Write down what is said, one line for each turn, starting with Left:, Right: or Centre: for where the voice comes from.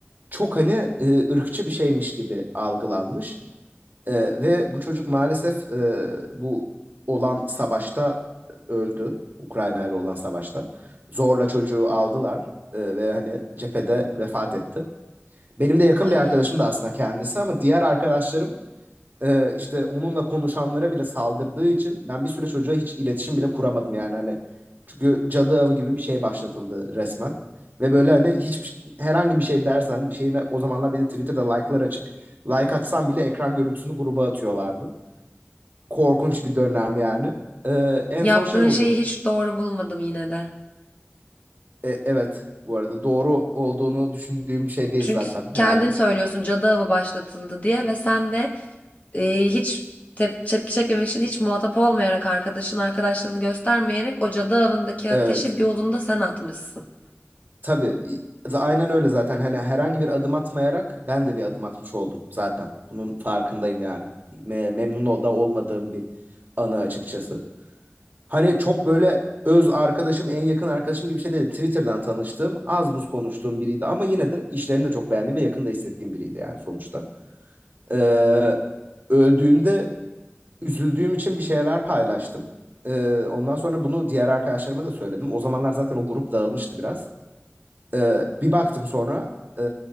Right: çok hani e, ırkçı bir şeymiş gibi algılanmış. Ee, ve bu çocuk maalesef e, bu olan savaşta öldü. Ukrayna ile olan savaşta. Zorla çocuğu aldılar e, ve hani cephede vefat etti. Benim de yakın
Left: Ay
Right: bir arkadaşım da aslında kendisi ama diğer arkadaşlarım e, işte onunla konuşanlara bile saldırdığı için ben bir süre çocuğa hiç iletişim bile kuramadım yani hani çünkü cadı avı gibi bir şey başlatıldı resmen ve böyle hani hiç herhangi bir şey dersen bir şeyine o zamanlar bir de Twitter'da like'lar açık like atsan bile ekran görüntüsünü gruba atıyorlardı korkunç bir dönem yani E, en
Left: yaptığın
Right: son şey oldu
Left: şeyi hiç doğru bulmadım yine de.
Right: E, evet bu arada doğru olduğunu düşündüğüm şey değil
Left: Çünkü
Right: zaten
Left: kendin
Right: yani
Left: söylüyorsun cadı avı başlatıldı diye ve sen de e, hiç tep- tepki çekmemek için hiç muhatap olmayarak arkadaşın arkadaşlığını göstermeyerek o cadı avındaki
Right: evet
Left: ateşi bir odunda sen atmışsın.
Right: Tabii. i- Aynen öyle zaten. Hani herhangi bir adım atmayarak ben de bir adım atmış oldum zaten. Bunun farkındayım yani. Me- memnun o- da olmadığım bir anı açıkçası. Hani çok böyle öz arkadaşım, en yakın arkadaşım gibi bir şey değil. Twitter'dan tanıştığım, az buz konuştuğum biriydi ama yine de işlerini de çok beğendiğim ve yakında hissettiğim biriydi yani sonuçta. Ee, öldüğümde üzüldüğüm için bir şeyler paylaştım. Ee, ondan sonra bunu diğer arkadaşlarıma da söyledim. O zamanlar zaten o grup dağılmıştı biraz. Ee, bir baktım sonra e,